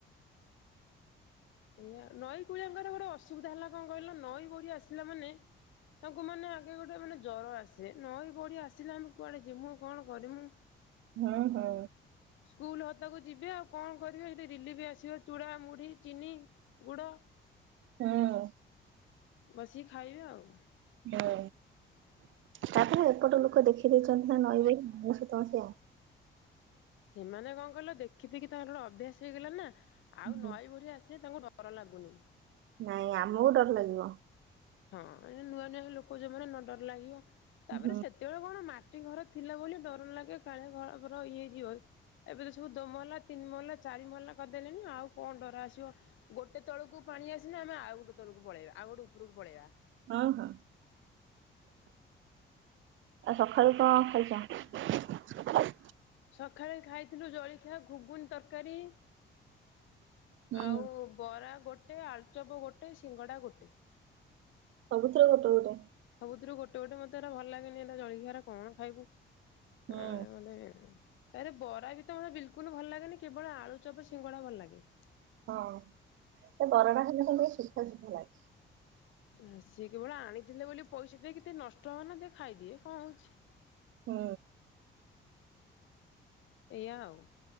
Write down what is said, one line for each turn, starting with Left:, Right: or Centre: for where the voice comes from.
Left: ଏଇଆ ନଈ କୁଳିଆଙ୍କର ଗୋଟେ ଅସୁବିଧା ହେଲା କଣ କହିଲ ନଈ ବଢ଼ି ଆସିଲା ମାନେ ତାଙ୍କୁ ମାନେ ଆଗେ ଗୋଟେ ମାନେ ଜ୍ୱର ଆସେ ନଈ ବଢ଼ି ଆସିଲେ ଆମେ କୁଆଡ଼େ ଯିମୁ କଣ କରିମୁ
Right: ହୁଁ ହୁଁ
Left: ସ୍କୁଲ୍ ହତା କୁ ଯିବି ଆଉ କଣ କରିବେ ସେଠି ରିଲିଫ୍ ଆସିବ ଚୂଡ଼ା ମୁଢି ଚିନି ଗୁଡ।
Right: ହୁଁ।
Left: ବସିକି ଖାଇବେ ଆଉ
Right: ହ ତାପରେ ଏପଟ ଲୋକ ଦେଖିଦେଇଛନ୍ତି ନା ନଈ ଭଁ ତଣ ସେଇ ଆ
Left: ସେମାନେ କଣ କହିଲ ଦେଖି ଦେଖି ତାଙ୍କର ଗୋଟେ ଅଭ୍ୟାସ ହେଇଗଲାଣି ନା ଆଉ
Right: ହୁଁ,
Left: ନଈ ବଢି ଆସିଲେ ତାଙ୍କୁ ଡ ଡ଼ର ଲାଗୁନି।
Right: ନାଇଁ ଆମକୁ ଡର ଲାଗିବ।
Left: ହଁ ନୂଆ ନୂଆ ଲୋକ ଯୋ ମାନେ ନ ଡର ଲାଗିବ ତାପରେ
Right: ହୁଁ ହଁ
Left: ସେ ହେତେବେଳେ କଣ ମାଟି ଘର ଥିଲା ବୋଲି ଡର ଲାଗେ କାଳେ ଘର ଫର ଇଏ ହେଇ ଯିବ ଏବେ ତ ସବୁ ଦୋ ମହଲା ତିନି ମହଲା ଚାରି ମହଲା କରିଦେଲେଣିି ଆଉ କଣ ଡର ଆସିବ। ଗୋଟେ ତଳକୁ ପାଣି ଆସିଲେ ଆମେ ଆଉ ଗୋଟେ ତଳକୁ ପଳେଇବା ଆଉ ଗୋଟେ ଉପରକୁ ପଳେଇବା।
Right: ହଁ ହଁ। ଆଉ ସକାଳୁ କଣ ଖାଇଚ? <inaudible>
Left: ସଖାଳେ ଖାଇଥିଲୁ ଜଳଖିଆ ଘୁଘୁନି ତରକାରୀ।
Right: ହୁଁ।
Left: ଆଉ ବରା ଗୋଟେ ଆଳୁଚପ୍ ଗୋଟେ ସିଙ୍ଗଡା ଗୋଟେ।
Right: ସବୁଥିରୁ ଗୋଟେ ଗୋଟେ।
Left: ସବୁଥିରୁ ଗୋଟେ ଗୋଟେ ମତେ ହେରା ଭଲ ଲାଗେନି ଏ ଜଳଖିଆାର କଣ ଖାଇବୁ?
Right: ହୁଁ
Left: <unintelligible> ତାପରେ ବରା ବି ତ ମତେ ବିଲକୁଲ୍ ଭଲ୍ ଲାଗେନି କେବଳ ଆଳୁ ଚପ ସିଙ୍ଗଡା ଭଲ ଲାଗେ।
Right: ହଁ ସେ ବରାଟା ଖାଇଲେ ହେଲା ସୁଖା ସୁଖା ଲାଗେ।
Left: ଆ ସିଏ କେବଳ ଆଣିଥିଲେ ବୋଲି ପଇସା ଦେଇ କେତେ ନଷ୍ଟ ହବ ନା ଦେ ଖାଇଦିଏ କଣ ହଉଛି।
Right: ହୁଁ।
Left: ଏଇଆ ଆଉ।